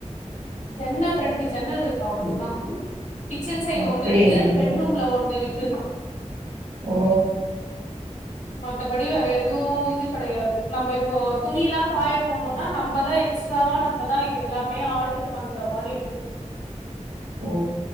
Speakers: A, on the left; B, on the right.
A: ஜன்னல் ரெண்டு ஜன்னல் இருக்கு அவ்ளோதா கிச்சன் சைடு
B: அப்படியா
A: ஒண்ணு இருக்கு பெட்ரூம்ல ஒண்ணு இருக்கு
B: ஒ
A: மத்த படி வேற எ துவு இது கடையாது நம்ப இப்போ துணியில்லா காய போடணுன்னா நம்பதா எக்ஸ்ட்ராவா நம்பதா இது எல்லாமே ஆல்ட்ரு பண்ற மாதிரி இருக்கு
B: ஓ